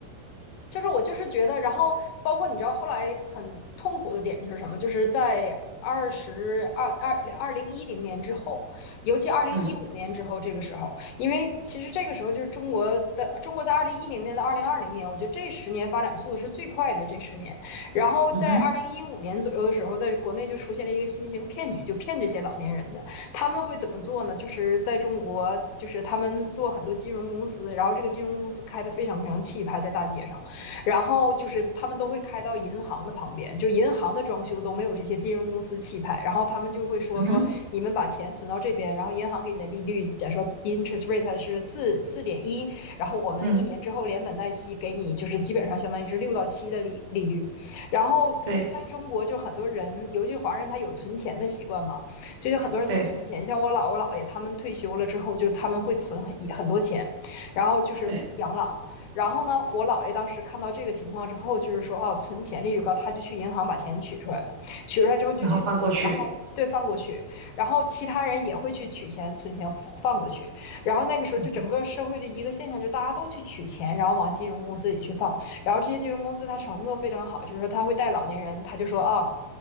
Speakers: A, on the left; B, on the right.
A: 就是我就是觉得，然后包括你知道后来很痛苦的点就是什么，就是在二十二二二零一零年之后，尤其二零一五年之后这个时候，
B: 嗯
A: 因为其实这个时候就是中国的中国在二零一零年到二零二零年，我觉得这十年发展速度是最快的这十年，然后在二零一五年左右的时候，
B: 嗯哼
A: 在国内就出现了一个新型骗局，就骗这些老年人的。他们会怎么做呢？就是在中国，就是他们做很多金融公司，然后这个金融公司开的非常非常气派，在大街上，然后就是他们都会开到银行的旁边，就银行的装修都没有这些金融公司气派，然后他们就会说说你们把钱存到这边，
B: 嗯哼
A: 然后银行给你的利率，假如说 interest rate 是四四点一，然后我们一年之后连本带息给你，
B: 嗯，
A: 就是基本上相当于是六到七的利利率，然后。
B: 对
A: 在中国，就很多人，尤其华人，他有存钱的习惯嘛。最近很多人都存钱，
B: 对
A: 像我姥我姥爷他们退休了之后，就他们会存很很多钱，然后就是养老。
B: 对，
A: 然后呢，我姥爷当时看到这个情况之后，就是说哦，存钱利率高，他就去银行把钱取出来了，取出来之后就去存，
B: 然后放过去。
A: 然后对放过去，然后其他人也会去取钱、存钱放过去。然后那个时候就整个社会的一个现象，
B: 嗯哼，
A: 就大家都去取钱，然后往金融公司里去放。然后这些金融公司他承诺非常好，就是说他会带老年人，他就说啊，哦